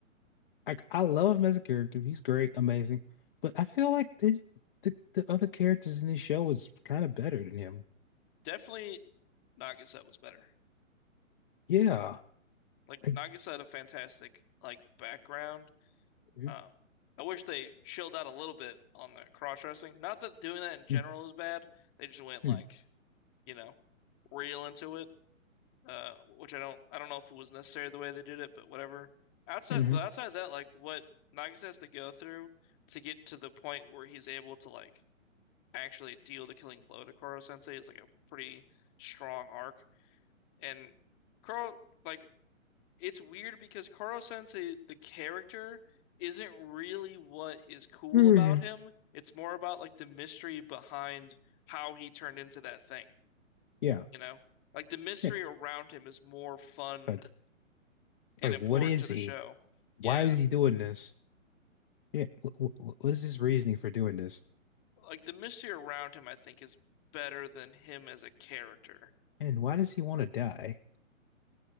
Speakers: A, on the left (about 40°); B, on the left (about 25°).
A: I I love him as a character. He's great, amazing. But I feel like the the, the other characters in this show was kind of better than him.
B: Definitely Nagisa was better.
A: Yeah.
B: Like Nagisa
A: Like,
B: had a fantastic like background.
A: mm,
B: Um, I wish they chilled out a little bit on the cross dressing. Not that doing that in general
A: mm,
B: is bad. They just went
A: mm,
B: like, you know, real into it. uh, which I don't I don't know if it was necessary the way they did it, but whatever. Outside,
A: mhm.
B: but outside of that, like what Nagisa has to go through to get to the point where he's able to like actually deal the killing blow to Koro Sensei is like a pretty strong arc. And Koro, like it's weird because Koro Sensei, the character, isn't really what is cool
A: Mm.
B: about him. It's more about like the mystery behind how he turned into that thing,
A: Yeah.
B: you know? Like the mystery
A: Yeah.
B: around him is more fun
A: Like
B: and
A: like
B: important
A: what is
B: to
A: he?
B: the show.
A: Why
B: Yeah.
A: is he doing this? Yeah. What, what, what is his reasoning for doing this?
B: Like the mystery around him, I think, is better than him as a character.
A: And why does he want to die?